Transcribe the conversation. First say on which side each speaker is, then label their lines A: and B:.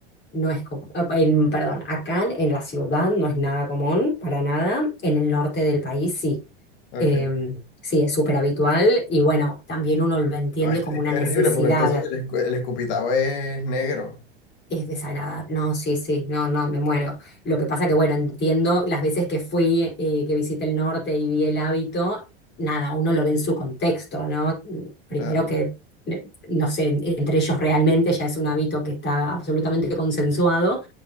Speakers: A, on the left; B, on the left.
A: No es común, en, perdón, acá en en la ciudad no es nada común, para nada. En el norte del país sí.
B: Ok.
A: Em, sí, es súper habitual y bueno, también uno lo entiende
B: No, es,
A: como
B: es
A: una
B: terrible
A: necesidad.
B: porque entonces el, escu- el escupitajo es negro.
A: Es desagradable. No, sí, sí, no, no, me muero. Lo que pasa que, bueno, entiendo las veces que fui, eh, que visité el norte y vi el hábito, nada, uno lo ve en su contexto, ¿no? Primero
B: Claro.
A: que, eh, no sé, entre ellos realmente ya es un hábito que está absolutamente consensuado